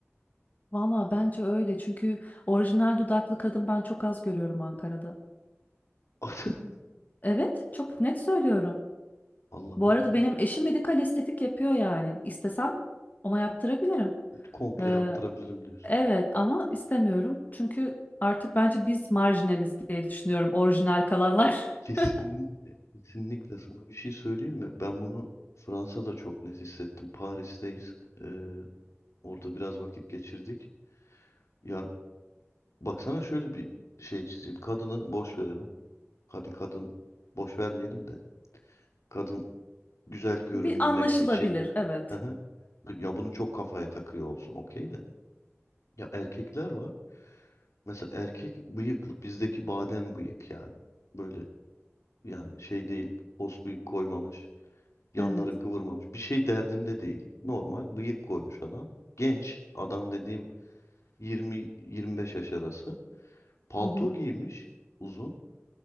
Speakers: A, on the left; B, on the left.
A: <laughs> Valla bence öyle çünkü orijinal dudaklı kadın ben çok az görüyorum Ankara'da.
B: <laughs>
A: Evet, çok net söylüyorum.
B: Allah'ım
A: Bu arada
B: ya.
A: benim eşim medikal estetik yapıyor yani. İstesem ona yaptırabilirim.
B: Komple
A: Ee,
B: yaptırabilirim diyorsun.
A: evet ama istemiyorum çünkü artık bence biz marjinaliz diye düşünüyorum orijinal kalanlar. <laughs>
B: Kesinlikle. Kesinlikle sana bir şey söyleyeyim mi? Ben bunu Fransa'da çok net hissettim. Paris'teyiz. Ee, orada biraz vakit geçirdik. Ya baksana şöyle bir şey çizeyim. Kadını boş verelim. Hadi kadın boş vermeyelim de. Kadın güzel görünmek
A: Bir anlaşılabilir,
B: için.
A: evet.
B: Aha. Ya bunu çok kafaya takıyor olsun okey de. Ya erkekler var. Mesela erkek bıyıklı bizdeki badem bıyık yani. Böyle yani şey değil pos bıyık koymamış. Yanları
A: Evet.
B: kıvırmamış. Bir şey derdinde değil. Normal bıyık koymuş adam. Genç adam dediğim 20-25 yaş arası. Palto
A: Hı hı.
B: giymiş uzun.